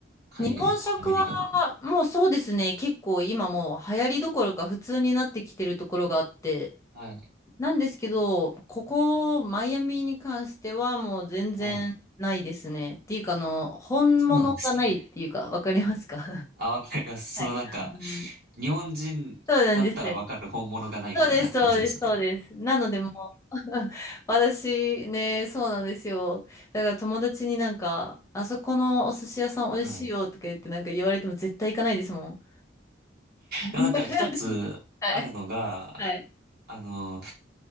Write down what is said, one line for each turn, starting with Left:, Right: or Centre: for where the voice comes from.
Right: 海外、
Left: 日本食は、
Right: アメリカとか。
Left: もうそうですね。結構今もう流行りどころか普通になってきてるところがあって。
Right: はい。
Left: なんですけど、ここ、マイアミに関してはもう全然ないですね。
Right: はい。
Left: っていうか、あの、本物がないっていうか、
Right: そうなんですね。
Left: わかりますか <laughs>
Right: あ、わかります。
Left: はい。
Right: そのなんか、
Left: あの、
Right: 日本人だったらわかる本物がないみたいな感じでしたね。
Left: そうなんですよ。そうです、そうです、そうです。なので、もう <laughs> 私ね、そうなんですよ。だから友達になんか、あそこのお寿司屋さん美味しいよとか言ってなんか言われても絶対行かないですもん。
Right: はい。
Left: <laughs>
Right: でもなんか一つあるのが、
Left: はい。はい。
Right: あの、